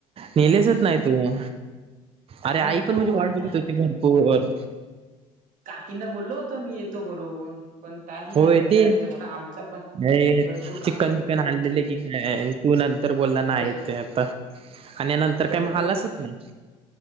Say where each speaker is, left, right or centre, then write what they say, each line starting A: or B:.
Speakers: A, on the right; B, on the right.
A: अ
B: नेलेचत नाय तुम्ही
A: टाइम
B: अरे आई
A: नको
B: पण माजी वाट
A: अरे
B: बघित
A: टाइम
B: होती भरपूर.
A: काकींना बोललो होतो मी येतो बर हून पण टाइम नाय
B: होय
A: भेटला
B: ते
A: रे, तेवढा आमचा पण
B: हे
A: भरपूर
B: चिकन
A: काम होतं
B: बिकन
A: घरी.
B: आणलेले की काय तू नंतर बोलला नाय
A: ग
B: येत ते आता आणि नंतर
A: गणपतीत
B: काय म आलासच नाय